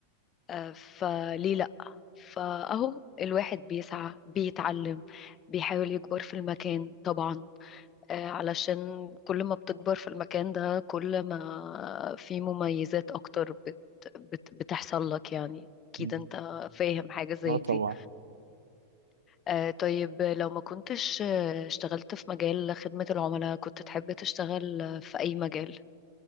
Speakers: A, on the left; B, on the right.
A: آه، فليه لأ فأهو الواحد بيسعى بيتعلم بيحاول يكبر في المكان طبعا آه، علشان كل ما بتكبر في المكان ده كل ما في مميزات أكتر بت بت بتحصل لك يعني أكيد
B: مم.
A: أنت فاهم حاجة زي
B: اه طبعا
A: دي آه، طيب لو ما كنتش آه، اشتغلت في مجال خدمة العملاء كنت تحب تشتغل آه، في أي مجال؟